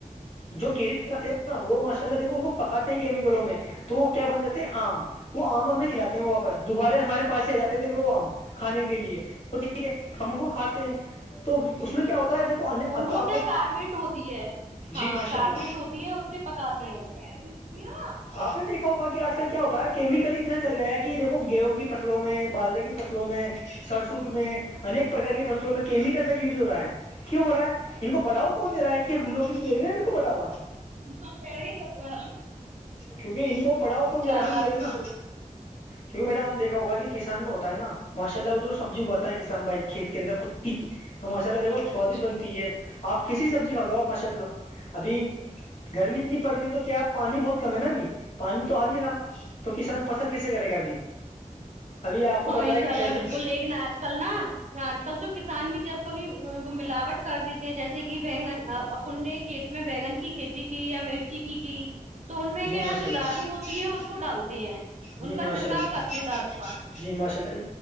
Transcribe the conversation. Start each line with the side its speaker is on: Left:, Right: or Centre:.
Left: جو کیری بناتے ہیں نا وہ ماشاء اللہ دیکھو ان کو پکاتے ہیں کیمیکلوں میں تو کیا بن جاتے ہیں آم وہ آم ہمیں کھلاتے ہیں واپس دوبارہ ہمارے پاس ہی آ جاتے ہیں دیکھ لو آم کھانے کے لیے تو ٹھیک ہے ہم ان کو کھاتے ہیں تو اس میں کیا ہوتا ہے دیکھو اب
Right: ان
Left: آپ
Right: کو کیا کارویٹ ہوتی ہے ہاں
Left: جی ماشاء
Right: کارویٹ
Left: اللہ
Right: ہوتی ہے اس سے پکاتے ہیں کیا
Left: آپ نے دیکھا ہوگا کہ آج کل کیا ہوتا ہے کیمیکل اتنا چل گیا ہے کہ دیکھو گیہوں کی فصلوں میں باجرے کی فصلوں میں سرسوںک میں انیک پرک کی فصلوں میں کیمیکل کا یوز ہو رہا ہے کی ہو رہا ہے ان کو بڑاؤو کون د رہا ہے کہ ہم لوگ دے رہے نا ان کو بڑاوا
Right: ہاں کہ ہی سسوا
Left: کیونکہ ان کو پڑھاؤ کون دے رہا ہے
Right: اللہ
Left: ہم دے رہے
Right: بالکل
Left: نا کیونکہ میڈم آاں دیکھا ہوگا کہ کسان ہوتا ہے نا ماشاء اللہ وہ جو سبزی اگاتا ہے کسان بھائی کھیت کے اندر کتی تو ماشاء اللہ دیکھو سوادشٹ بنتی ہے آپ کسی سبزی کھا لو آ ماشاء اللہ ابھی گرمی اتنی پڑ رہی تو کیا آپ ہے نا ابھی پانی تو آ نہیں رہا تو کسان فصل کیسے کرے گا ابھی ابھی آپ کو
Right: ہاں
Left: پتہ
Right: ان
Left: ہے
Right: شاء
Left: کہ
Right: اللہ
Left: گرمی
Right: بالکل لیکن آج کل نا آج کل تو کسان بھی جب کبھی وہ ملاوٹ کر دیتے ہیں جیسے کہ بگن اپنے کھیت میں بیگن کی کھیتی کی یا مرچی کی کی تو ان میں
Left: جی
Right: کیا
Left: ماشاء
Right: ہے جو
Left: اللہ
Right: دارو ہوتی ہے ان کو ڈالتے ہیں ان
Left: جی
Right: کا
Left: ماشاء
Right: چھڑکاؤ
Left: اللہ
Right: کرتے ہیں دارو کا
Left: جی ماشاء اللہی